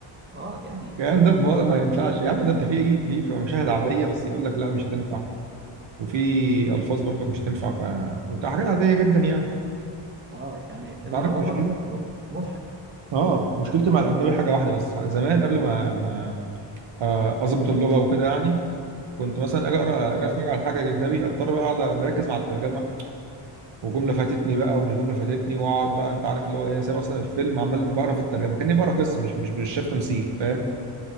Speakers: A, on the right (about 25°); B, on the right (about 65°).
A: اه يعني
B: الكلام ده في مصر
A: خطوط
B: ما
A: حمراء
B: ينفعش
A: كبيره
B: يا عم ده انت في ايه في في مشاهد عاديه بس يقول لك لا مش هتنفع وفي الفاظ برضك مش تنفع ف... وبتبقى حاجات عاديه جدا يعني
A: اه يعني
B: انت
A: الموضوع
B: عارف مشكلتي
A: برضه مضحك
B: اه مشكلتي مع الاجنبي حاجه واحده بس زمان قبل ما ما آه، اظبط اللغه وكده يعني كنت مثلا اجي اقرا
A: اه
B: اجي اتفرج على حاجه اجنبي اضطر بقى اقعد مركز مع الترجمه وجمله فاتتني بقى ومش جمله فاتتني واقعد بقى انت عارف اللي هو ايه انا سايب اصلا الفيلم عمال بقرا في الترجمه كاني بقرا قصه مش مش مش شايف تمثيل فاهم